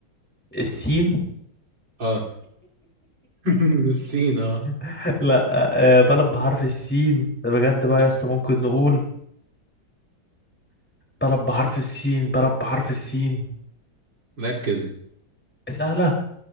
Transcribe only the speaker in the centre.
السين
<laughs> لا آه، بلد بحرف السين ده بجد بقى
يا اسطى ممكن نقول بلد بحرف السين بلد بحرف السين
سهلة